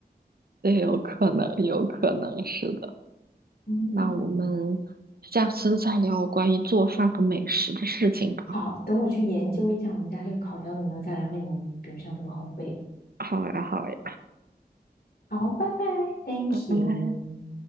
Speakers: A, on the right; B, on the left.
A: 也有可能，有可能是的。
B: 嗯，
A: 那我们下次再聊关于做饭和美食的事情吧。
B: 好，等我去研究一下我们家这个烤箱怎么样，再来问你，比如像怎么烘焙。
A: 好呀，好呀，
B: 好，拜拜，Thank
A: 拜拜。
B: you。